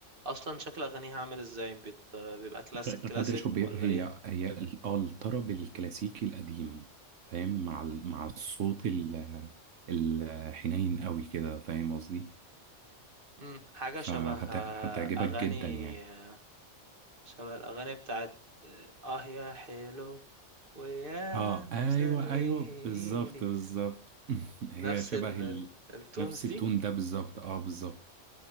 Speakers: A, on the right (about 45°); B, on the right (about 75°).
A: اصلا شكل اغانيها عامل ازاي بت... بيبقى كلاسيك
B: غ-
A: كلاسيك
B: غادة شوبير
A: ولا
B: هي
A: ايه
B: هي ال- آه الطرب الكلاسيكي القديم فاهم مع ال... مع الصوت ال... الحنين قوي كده فاهم قصدي
A: امم حاجة
B: فهتعجبك
A: شبه آه، اغاني
B: جدا يعني
A: آه، شبه الاغاني بتاعت اه يا حلو ويا
B: اه ايوه
A: مسليني
B: ايوه بالظبط بالظبط <laughs> هي
A: نفس
B: شبه
A: ال...
B: ال...
A: التونز
B: نفس
A: دي
B: التون ده بالظبط اه بالظبط